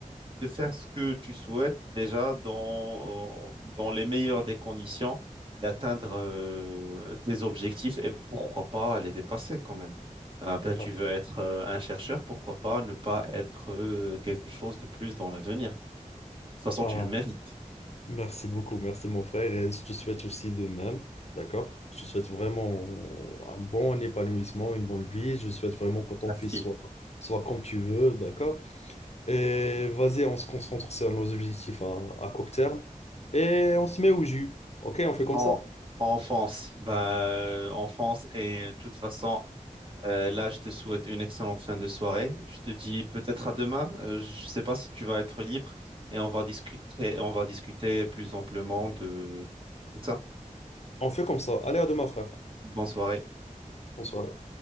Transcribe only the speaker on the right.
de faire ce que tu souhaites déjà dans, dans les meilleures des conditions et atteindre euh, tes objectifs et pourquoi pas les dépasser quand même. Ah ben, tu
veux être euh, un chercheur, pourquoi pas ne pas être euh, quelque chose de plus dans l'avenir toute façon,
tu le mérites.
Merci.
En,
enfance, bah, euh, enfance et de toute façon, euh, là, je te souhaite une excellente fin de soirée. Je te dis peut-être à demain. Euh, je sais pas si tu vas être libre et on va discuter, on va discuter plus amplement de tout ça.
Bonne soirée.